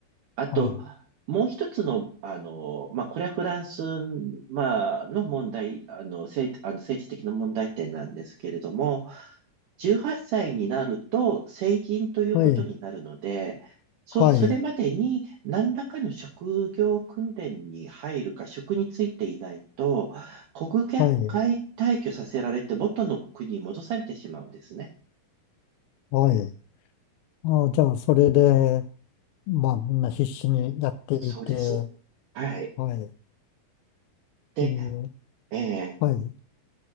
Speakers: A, on the right (about 65°); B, on the left (about 90°).
A: あと、
B: はい、
A: もう一つの、あの、まあ、これはフランス、まあ、の問題、あの、政、あの政治的な問題点なんですけれども、18歳になると成人ということになるので、
B: はい、
A: そ、
B: はい、
A: それまでに何らかの職業訓練に入るか、職に就いていないと、国外
B: はい、
A: 退去させられて元の国に戻されてしまうんですね。
B: はい。あ、じゃあ、それで、まあ、みんな必死にやっていて、
A: そうです。はい。
B: はい、っ
A: で、
B: ていう、
A: えー
B: はい、